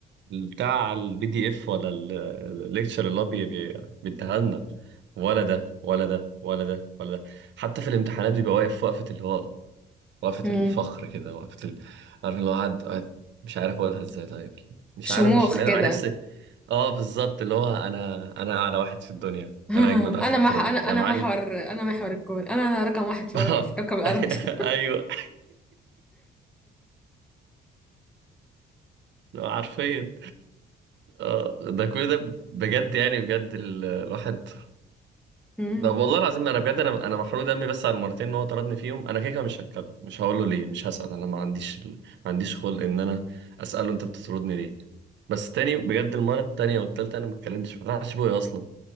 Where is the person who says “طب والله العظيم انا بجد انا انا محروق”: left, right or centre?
Right